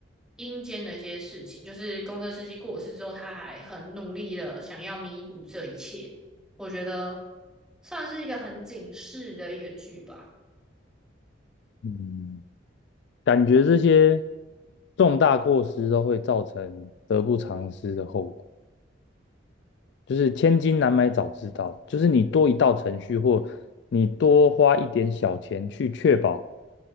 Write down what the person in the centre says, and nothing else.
阴间的一些事情，就是公车司机过世之后，他还很努力的想要弥补这一切。我觉得算是一个很警示的一个剧吧。